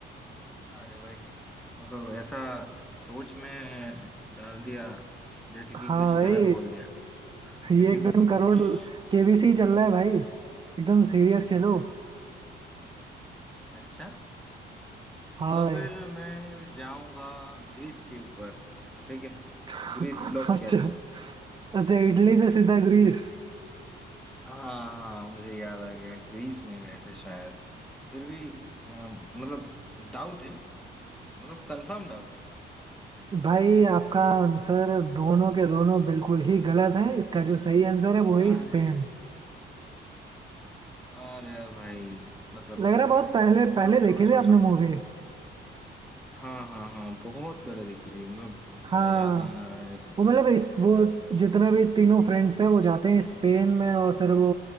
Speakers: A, in the centre; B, on the right (about 25°).
A: अरे भाई मतलब ऐसा सोच में डाल दिया जैसे कि
B: हाँ
A: कुछ
B: भाई
A: गलत बोल दिया <laughs>
B: ये एकदम करोड़ केबीसी चल रहा है भाई एकदम सीरियस खेलो
A: अच्छा
B: हाँ
A: तो
B: भाई
A: फिर मैं जाऊंगा ग्रीस के ऊपर ठीक है
B: <laughs>
A: ग्रीस लॉक
B: अच्छा
A: किया जाए
B: अच्छा इटली से सीधा ग्रीस
A: हाँ मुझे याद आ गया ग्रीस में गए थे शायद फिर भी अम, मतलब डाउट है मतलब कंफर्म डाउट है
B: भाई आपका आंसर दोनों के दोनों बिल्कुल ही गलत है इसका जो सही आंसर है वो
A: अरे
B: है स्पेन
A: अरे भाई मतलब
B: लग रहा है बहुत पहले
A: छोड़ो
B: पहले
A: छोड़ो
B: देखी
A: छोड़ो
B: थी आपने
A: छोड़ो
B: मूवी
A: हाँ हाँ हाँ बहुत पहले देखी थी मतलब
B: हाँ
A: थोड़ा याद नहीं आ रहा है ऐसे
B: वो मतलब इस वो जितने भी तीनों फ्रेंड्स हैं वो जाते हैं स्पेन में और फिर वो